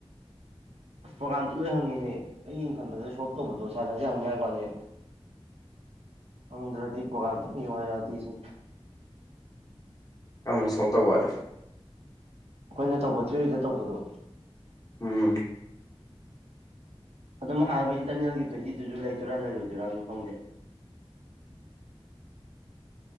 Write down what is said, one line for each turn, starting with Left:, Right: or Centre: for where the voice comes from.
Right: ꯑꯁ ꯄ꯭ꯔꯣꯒꯥꯝꯇ ꯂꯣꯏ ꯍꯪꯅꯤꯤꯅꯦ ꯑꯡ ꯈꯟꯕꯗ ꯁꯣꯜꯞ ꯇꯧꯕꯗꯣ ꯁꯥꯟꯅꯁꯦ ꯍꯪꯅꯤ ꯍꯥꯏꯕꯅꯦ ꯑꯪꯗ꯭ꯔꯗꯤ ꯄꯒꯇꯅꯤ ꯑꯣꯏꯔꯗꯤꯁꯤ
Left: ꯀꯃꯅ ꯁꯣꯜꯕ ꯇꯧꯕꯗ
Right: ꯑꯩꯈꯣꯏꯅ ꯇꯧꯕ ꯊ꯭ꯔꯤꯔꯤꯗ ꯇꯧꯕꯗꯣ
Left: ꯎꯝ
Right: ꯑꯗꯣ ꯃꯥ ꯍꯥꯏꯔꯤꯕ ꯏꯟꯇꯔꯅꯦꯜꯒꯤ ꯇ꯭ꯋꯦꯟꯇꯤ ꯇꯨꯁꯨ ꯂꯩꯗꯣꯏꯔꯥ ꯂꯩꯔꯣꯏꯗꯣꯏꯔꯥꯁꯨ ꯈꯪꯗꯦ
Left: <unintelligible> <inaudible>